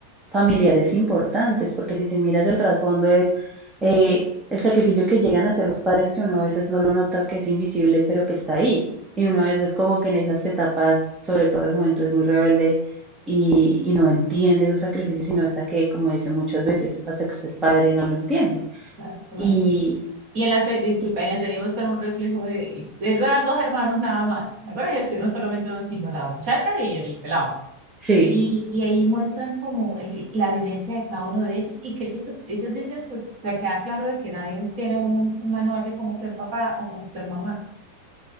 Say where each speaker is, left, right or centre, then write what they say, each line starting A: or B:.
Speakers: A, on the right (about 15°); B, on the right (about 45°).
A: familiares importantes, porque si te miras el trasfondo es eh, el sacrificio que llegan a hacer los padres, que uno a veces no lo nota, que es invisible, pero que está ahí. Y uno a veces como que en esas etapas, sobre todo de juventud, es muy rebelde y, y no entiende esos sacrificios, sino hasta que, como dicen muchas veces, hasta que usted es padre, no lo entiende.
B: natural.
A: Y,
B: y en la serie, disculpa,
A: y-
B: en la serie muestra un reflejo de, de eran dos hermanos nada más. La verdad, ellos estuvieron solamente uno, sino la muchacha y el pelado.
A: sí,
B: Y, y ahí muestran como el- la vivencia de cada uno de ellos y que ellos, ellos dicen, pues se queda claro de que nadie tiene un, un manual de cómo ser papá o cómo ser mamá.